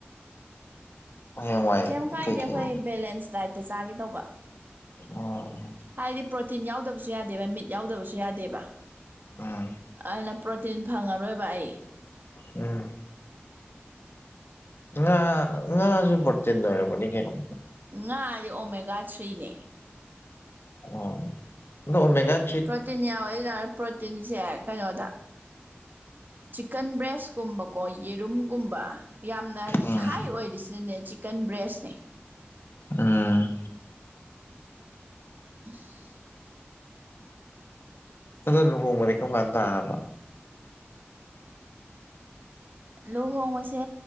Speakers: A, on the left; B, on the right.
A: ꯍꯌꯦꯡꯋꯥꯏ
B: ꯀꯩꯝ ꯀꯥꯏꯗꯦ
A: ꯀꯩꯀꯩ
B: ꯑꯩꯈꯣꯏ ꯕꯦꯂꯦꯟꯁ ꯗꯥꯏꯠꯇ ꯆꯥꯒꯦ ꯇꯧꯕ
A: ꯎꯝ
B: ꯍꯥꯏꯗꯤ ꯄ꯭ꯔꯣꯇꯤꯟ ꯌꯥꯎꯗꯕꯁꯨ ꯌꯥꯗꯦꯕ ꯃꯤꯠ ꯌꯥꯎꯗꯕꯁꯨ ꯌꯥꯗꯦꯕ
A: ꯎꯝ
B: ꯑꯗꯨꯅ꯫ ꯄ꯭ꯔꯣꯇꯤꯟ ꯐꯪꯉꯔꯣꯏꯕ ꯑꯩ
A: ꯎꯝ ꯑ ꯉꯁꯨꯄꯠꯇꯅꯣꯔ ꯃꯅꯤꯒꯦꯅꯤ
B: ꯉꯥꯗꯤ ꯑꯣꯃꯦꯒꯥ ꯊ꯭ꯔꯤꯅꯦ
A: ꯑꯣ ꯅ ꯑꯣ ꯃꯦꯒꯥ
B: ꯄ꯭ꯔꯣꯇꯤꯟ ꯌꯥꯎꯋꯦ ꯑꯗꯨꯇꯥꯔꯁꯨ ꯄ꯭ꯔꯣꯇꯤꯟꯁꯦ ꯀꯩꯅꯣꯗ꯫ ꯆꯤꯛꯀꯟ ꯕ꯭ꯔꯦꯁꯀꯨꯝꯕꯀꯣ ꯌꯦꯔꯨꯝꯒꯨꯝꯕ꯫ ꯌꯥꯝꯅ
A: ꯎꯝ
B: ꯍꯥꯏ ꯑꯣꯏꯔꯤꯁꯤꯅꯅꯦ ꯆꯤꯛꯀꯟ ꯕ꯭ꯔꯦꯁꯅꯦ꯫
A: ꯎꯝ
B: <unintelligible>
A: ꯑꯗꯣ ꯂꯨꯍꯣꯡꯕꯗꯤ ꯀꯝ ꯀꯥꯟꯗ ꯇꯥꯔꯕ
B: ꯂꯨꯍꯣꯡꯕꯁꯦ